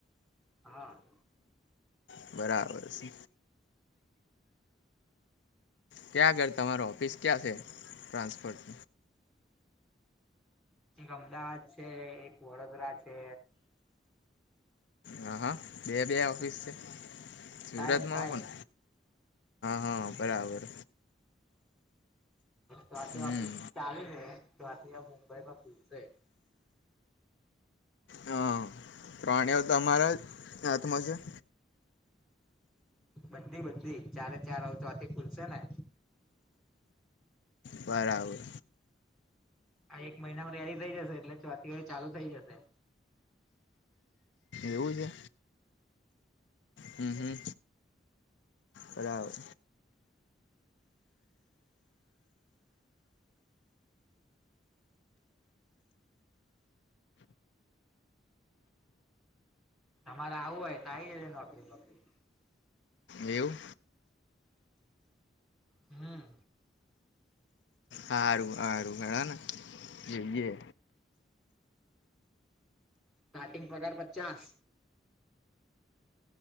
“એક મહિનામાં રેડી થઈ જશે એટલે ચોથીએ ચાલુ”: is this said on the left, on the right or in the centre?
Centre